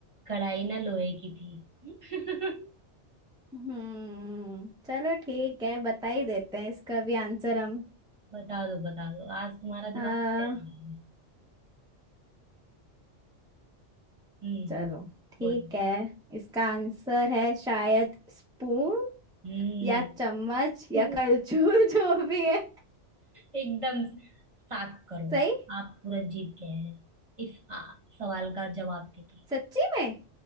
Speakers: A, on the right; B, in the centre.
A: कढ़ाई ना लोहे की थी <laughs>
B: हम्म चलो ठीक है बता ही देते हैं इसका भी आंसर हम
A: बता दो बता दो आज तुम्हारा
B: आ,
A: दिमाग चल रहा है हम्म
B: चलो ठीक
A: बोलो
B: है इसका आंसर है शायद स्पून
A: हम्म
B: या चम्मच या कलछुल
A: <laughs>
B: <laughs> जो भी है
A: एकदम सात करो
B: सही
A: आप पूरा जीत गए हैं इस आ, सवाल का जवाब देके
B: सच्ची में